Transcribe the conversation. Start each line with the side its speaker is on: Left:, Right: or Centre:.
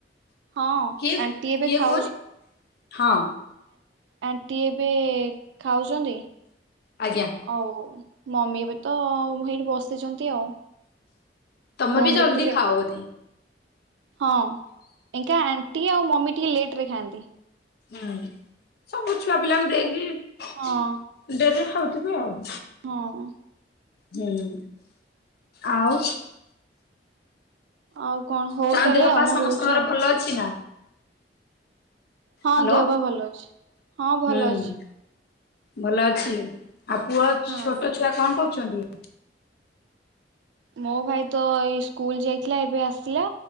Right: ହଁ
Left: କିଏ
Right: ଆଣ୍ଟି ଏବେ
Left: କିଏ
Right: ଖାଉଛ
Left: କୁହନି? ହଁ
Right: ଆଣ୍ଟି ଏବେ ଖାଉଛନ୍ତି
Left: ଆଜ୍ଞା
Right: ଆଉ ମମି ଏବେ ତ ହେଇଠି ବସିଛନ୍ତି ଆଉ।
Left: ତମର
Right: ଫୋନ
Left: ବି
Right: ଦେଖୁଥିଲେ
Left: ଜଲଦି
Right: ଆଉ।
Left: ଖାଅ ବୋଧେ?
Right: ହଁ ଏଇକା ଆଣ୍ଟି ଆଉ ମମି ଟିକେ ଲେଟରେ ଖାଆନ୍ତି।
Left: ହୁଁ ସବୁ ଛୁଆ ପିଲାଙ୍କୁ ଦେଇକି
Right: ହଁ
Left: ଡେରିରେ ଖାଉଥିବେ ଆଉ।
Right: ହଁ।
Left: ହୁଁ ଆଉ
Right: ଆଉ କଣ ହଉ
Left: ତାଙ୍କ
Right: ତାହେଲେ
Left: ଦେହ
Right: ଆଉ
Left: ପା
Right: ମୁଁ
Left: ସମସ୍ତଙ୍କର
Right: ରହୁଛି ଆଉ।
Left: ଭଲ ଅଛି ନା?
Right: ହଁ
Left: ହାଲୋ
Right: ଦେହ ପା ଭଲ ଅଛି ହଁ ଭଲ
Left: ହୁଁ।
Right: ଅଛି।
Left: ଭଲ ଅଛି ଆଉ ପୁଅ
Right: ହଁ।
Left: ଛୋଟ ଛୁଆ କଣ କରୁଛନ୍ତି?
Right: ମୋ ଭାଇ ତ ଏଇ ସ୍କୁଲ ଯାଇଥିଲା ଏବେ ଆସିଲା